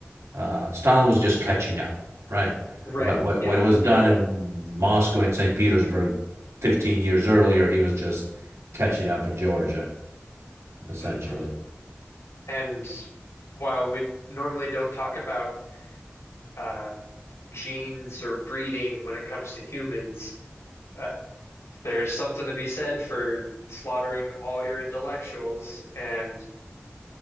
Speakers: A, on the right; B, on the left.
A: uh, Stalin was just catching up, right?
B: <laughs> right.
A: What, what,
B: Yeah.
A: what was done
B: Yeah.
A: in
B: it-
A: Moscow and St. Petersburg 15 years earlier, he was just catching up in Georgia, essentially.
B: mhm. And while we normally don't talk about um, genes or breeding when it comes to humans, uh, there's something to be said for slaughtering all your intellectuals and